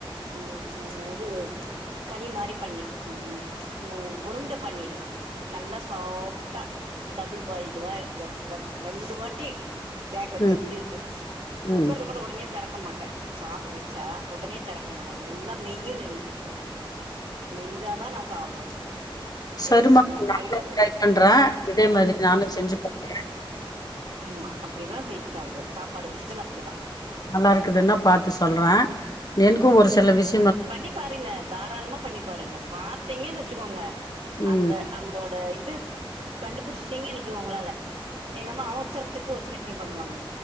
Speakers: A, on the right; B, on the left.
A: உ உ ஒது கலி மாரி பண்ணி உ உருண்ட பண்ணிடுவே நல்லா சாஃப்டா டபுள் பாயில்டு வா ர ரெண்டு வாட்டி வேக வச்சா
B: ம்.
A: அப்டி இருக்கு குக்கர்ல
B: ம்.
A: கூட உடனே திறக்க மாட்டே சாதோ வச்சா உடனே தெறக்க மாட்டே நல்லா மெய்யனு எனக்கு கொஞ்ச மெஞ்சாதா நா சாப்டுவே
B: சரிமா
A: டேஸ்ட்
B: நானு
A: அதுக்கு
B: ட்ரை பண்றே இதே மாரி நானு செஞ்சு பாக்குறே
A: ம்மா அப்டிதா செய்து சாப்புடுவே சாப்பாடு விஷயத்துல அப்படிதா
B: நல்லா இருக்குதுன்னா பாத்து சொல்றே எனக்கு ஒரு சில விஷ
A: பண்ணி பாருங்க தாராளமா பண்ணி பாருங்க பாத்தீங்கன்னு வச்சுக்கோங்க
B: ம்
A: அந்த அந்தோட இது கண்டுபுடிச்சிடீங்கன்னு வச்சிகோ உங்களால எங்க அம்மா அவசரத்துக்கு ஒரு சட்னி பண்ணுவாங்க